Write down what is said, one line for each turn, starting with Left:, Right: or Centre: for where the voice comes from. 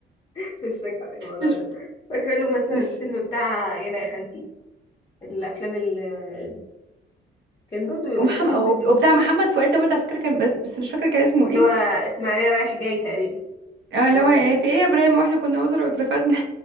Left: <laughs> مش فاكرة الموضوع
Right: مش
Left: ده فاكرة له مثلا
Right: مش
Left: الفيلم بتاع يانا يا خالتي الأفلام اللي كان برضو
Right: ومحمد
Left: دي فيلم كده
Right: وبتاع محمد فؤاد ده برضه على فكره كان بس, بس مش فاكره كان اسمه
Left: اللي
Right: ايه
Left: هو إسماعيلية رايح جاي تقريبا
Right: اه
Left: كان
Right: اللي
Left: هو
Right: هو إيه،
Left: فيه
Right: في ايه يا ابراهيم واحنا كنا وزراء واترفدنا